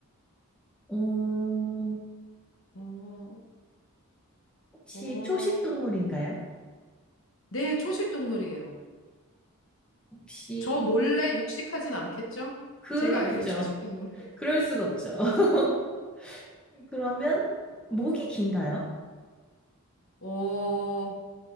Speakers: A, in the centre; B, on the left.
A: 음,
B: 어,
A: 혹시
B: 어,
A: 초식 동물인가요?
B: 네, 초식 동물이에요.
A: 혹시
B: 저 몰래 육식하진 않겠죠?
A: 그렇겠죠.
B: 제가 알기로 초식동물이에요.
A: 그럴 순 없죠. <laughs> 그러면 목이 긴가요?
B: 어,